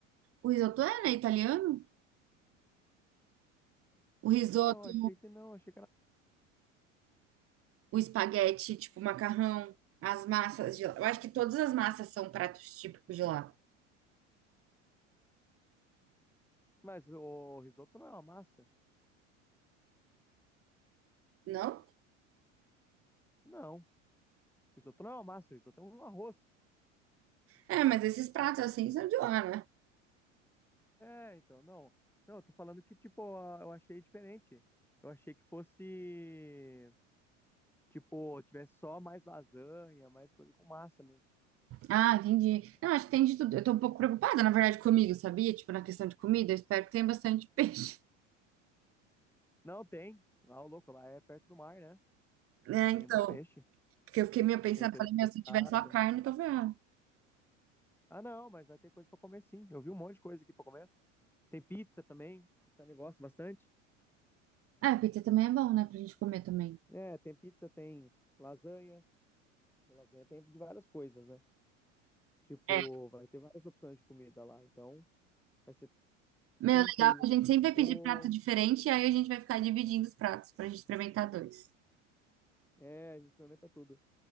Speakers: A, on the right; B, in the centre.
A: O risoto é, né, italiano? O risoto
B: Não, achei que não, achei que era.
A: o espaguete, tipo, macarrão, as massas de lá. Eu acho que todas as massas são pratos típicos de lá,
B: Mas o risoto não é uma massa?
A: não?
B: Não, risoto não é uma massa, risoto é um arroz.
A: É, mas esses pratos assim são de lá, né?
B: É, então, não. Não, eu tô falando que, tipo, a- eu achei diferente. Eu achei que fosse, tipo, tivesse só mais lasanha, mais coisa com massa mesmo.
A: Ah, entendi. Não, acho que tem de tudo. Eu tô um pouco preocupada, na verdade, comigo, sabia? Tipo, na questão de comida, eu espero que tenha bastante peixe. <laughs>
B: Não, tem. Lá, o louco, lá é perto do mar, né?
A: É,
B: Tem
A: então,
B: muito peixe.
A: porque eu fiquei meio pensando,
B: Tem pe-
A: falei, meu,
B: pescada.
A: se tiver só carne, eu tô ferrada.
B: Ah, não, mas vai ter coisa pra comer sim. Eu vi um monte de coisa aqui pra comer. Tem pizza também. Você negócio bastante.
A: Ah, pizza também é bom, né? Pra gente comer também.
B: É, tem pizza, tem lasanha. E lasanha tem de várias coisas, né? Tipo,
A: É.
B: vai ter várias opções de comida lá. Então, vai ser
A: Meu,
B: tranquilo.
A: legal que a gente sempre vai
B: O...
A: pedir prato diferente e aí a gente vai ficar dividindo os pratos pra gente experimentar dois.
B: É, a gente experimenta tudo.